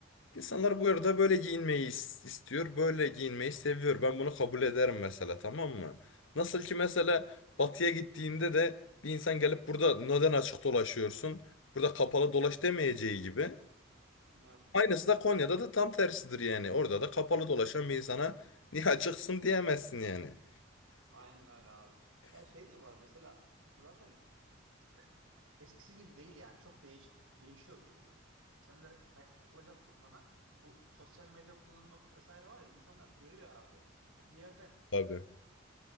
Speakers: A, on the left (about 70°); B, on the right (about 85°).
A: insanlar bu arada böyle giyinmeyi is- istiyor. Böyle giyinmeyi seviyor. Ben bunu kabul ederim mesela tamam mı? Nasıl ki mesela batıya gittiğinde de bir insan gelip burada neden açık dolaşıyorsun? Burada kapalı dolaş demeyeceği gibi.
B: Evet.
A: Aynısı da Konya'da da tam tersidir yani. Orada da kapalı dolaşan bir insana niye açıksın diyemezsin yani.
B: Aynen öyle abi. Ya şey de var mesela zaten işte eskisi gibi değil yani çok değiş değişiyor kültür. Sen de kay- katılacaksın bana. Bu sosyal medya kullanımı vesaire var ya insanlar görüyor abi. Yani bir yerden
A: Tabii.